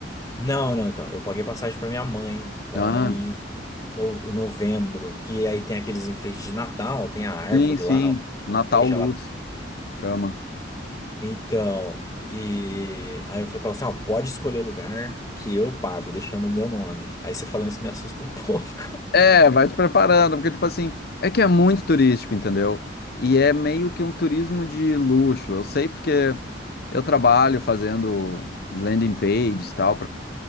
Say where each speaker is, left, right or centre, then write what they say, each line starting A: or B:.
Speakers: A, on the left; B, on the left.
A: Não, não, então. Eu paguei passagem pra minha mãe, pra
B: Ah,
A: ela ir em no- em novembro, que aí tem aqueles enfeites de Natal, tem a árvore
B: sim, sim.
A: lá, a
B: Natal
A: igreja
B: Luz
A: lá.
B: chama.
A: Então, e aí eu falei pra ela assim, ó, pode escolher o lugar que eu pago, deixando o meu nome. Aí você falando isso me assusta um <laughs> pouco.
B: É, vai te preparando, porque, tipo assim, é que é muito turístico, entendeu? E é meio que um turismo de luxo. Eu sei porque eu trabalho fazendo landing pages e tal,